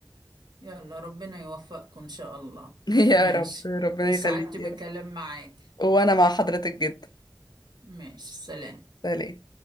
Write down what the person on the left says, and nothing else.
<laughs>
يا رب ربنا
يخليك
يا رب
وأنا مع حضرتك جدا
سلام